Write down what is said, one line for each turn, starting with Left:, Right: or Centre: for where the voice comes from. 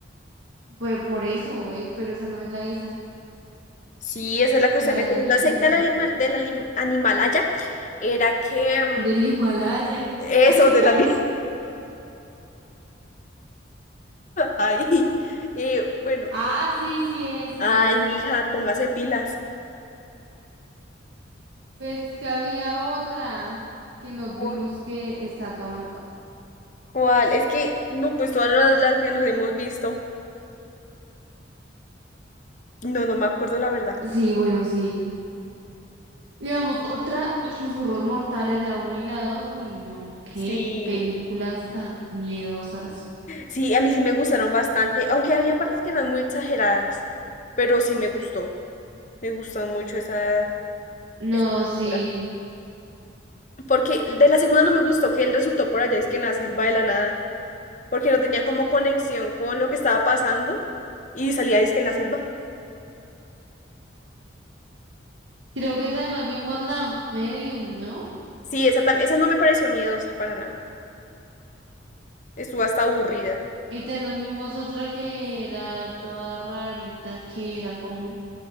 Right: Pues por eso, eh, pero esa no es la esa.
Left: Sí, esa es la que
Right: La
Left: usted me
Right: de
Left: está
Right: la
Left: diciendo,
Right: niña
Left: la
Right: no
Left: secta
Right: es esa.
Left: del, Anima- del Alim- Animalaya era que... mm,
Right: Del Himalaya.
Left: eso,
Right: <laughs>
Left: de la <laughs> niña. Ay, eh, bueno.
Right: Ah, sí, sí es, sí es.
Left: Ay, mija, póngase pilas.
Right: Pues que había otra que nos
Left: ¿Cuál?
Right: vimos que está toda maluca.
Left: ¿Cuál? Es que, no, pues todas las, las que nos hemos visto. No, no me acuerdo la verdad.
Right: Sí, bueno, sí. Digamos, otra, Susurros Mortales, la uno y la dos Uy, no, qué
Left: Sí.
Right: películas tan miedosas.
Left: Sí, a mí sí me gustaron bastante, aunque habían partes que eran muy exageradas, pero sí me gustó, me gustó mucho esa, esa
Right: No,
Left: película.
Right: sí.
Left: Porque de la segunda no me gustó que él resultó por allá, es que en la selva de la nada, porque no tenía como conexión con lo que estaba pasando y salía es que en la selva.
Right: Creo que también nos vimos la Medium, ¿no?
Left: Sí, esa, tam- esa no me pareció miedosa para nada, estuvo hasta aburrida.
Right: Y también nos vimos otra que era toda rarita, que era como